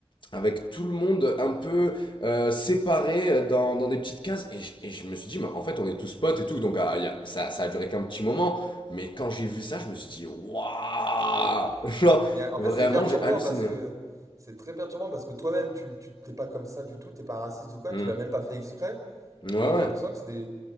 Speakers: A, on the left; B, on the right.
A: avec tout le monde un peu euh, séparé euh, dans, dans des petites cases. Et je, et je me suis dit, mais en fait, on est tous potes et tout. Donc, ah, y a- ça, ça a duré qu'un petit moment. Mais quand j'ai vu ça, je me suis dit, waouh!
B: Mm.
A: <laughs> Genre,
B: Mais euh, en
A: vraiment,
B: fait, c'est perturbant
A: j'ai halluciné.
B: parce que. C'est très perturbant parce que toi-même, tu, tu t'es pas comme ça du tout, t'es pas raciste ou quoi,
A: Hmm.
B: tu l'as même pas fait exprès,
A: Ouais,
B: mais
A: ouais.
B: j'ai l'impression que c'est des...